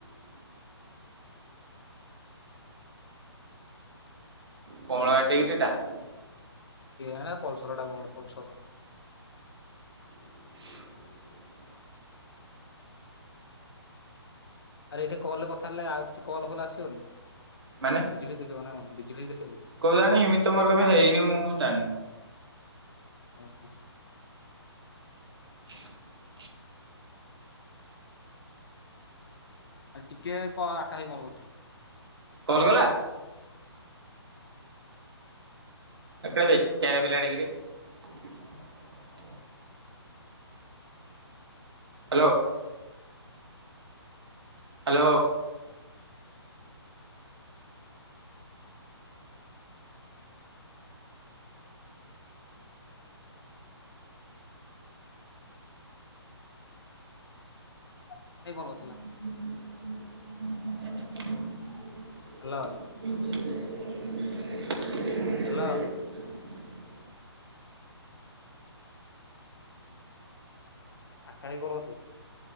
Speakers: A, on the right; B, on the left.
A: କ‌ଅଁଳା ଏଟା କିରେ ଏଟା। <unintelligible>
B: କି ହେରା ପଲସରଟା କଣ ଗୋଟେ ପଲସରର।
A: !
B: ଆରେ ଏଇଟା କଲରେ କଥା ହେଲେ ଆଉ କିଛି କଲ୍ ବଲ ଆସିବନି।
A: ମାନେ
B: ବିଜିରେ ଦେଖେଇବନା କଣ ବିଜି ଖାଲି ଦେ
A: କୋଉଆଣି ଏମିତି ମୋର କେବେ ହେଇନି ମୁଁ ଜାଣିନି।
B: ଓହୋ।
A: !
B: ଆ ଟିକେ କ କାଇଁ କଲ୍ କରୁଛି।
A: କଲ୍ କଲା? ଏଟା ବେକାରିଆ ପିଲାଟେ କିରେ। <inaudible> ହାଲୋ। ହାଲୋ।
B: କିଏ ଫୋନ କରିଥିଲା?
A: <inaudible>
B: ହାଲୋ।
A: <inaudible>
B: ହାଲୋ।
A: <inaudible>
B: ଫାଙ୍କା ହେଇକି କଲ୍ କରିଥିଲ।